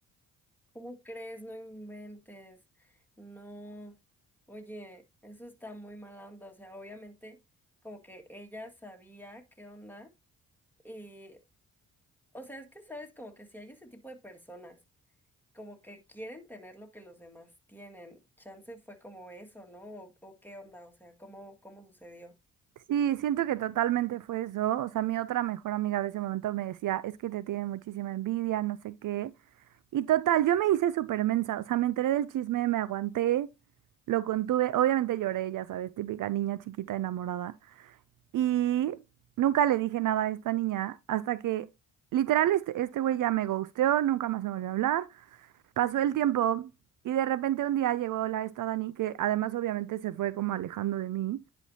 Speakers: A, in the centre; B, on the right.
A: ¿Cómo crees? No inventes. No. Oye, eso está muy mala onda. O sea, obviamente como que ella sabía qué onda y, o sea, es que sabes como que si hay ese tipo de personas como que quieren tener lo que los demás tienen. Chance fue como eso, ¿no? O, o qué onda, o sea, ¿cómo, cómo sucedió?
B: Sí, siento que totalmente fue eso. O sea, mi otra mejor amiga de ese momento me decía, es que te tiene muchísima envidia, no sé qué. Y total, yo me hice súper mensa, o sea, me enteré del chisme, me aguanté, lo contuve, obviamente lloré, ya sabes, típica niña chiquita enamorada. Y nunca le dije nada a esta niña hasta que literal este, este güey ya me ghosteó, nunca más me volvió a hablar. Pasó el tiempo y de repente un día llegó la esta Dani que además obviamente se fue como alejando de mí